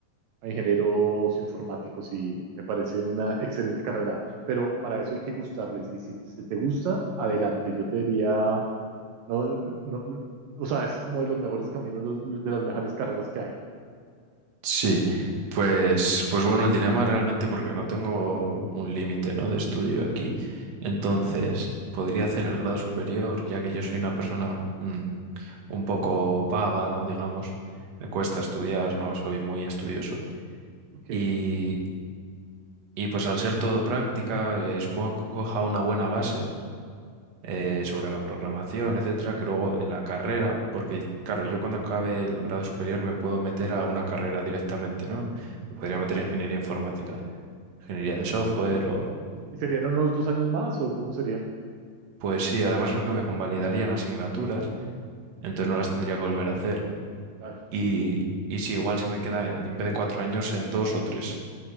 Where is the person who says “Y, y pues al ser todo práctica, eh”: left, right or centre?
Right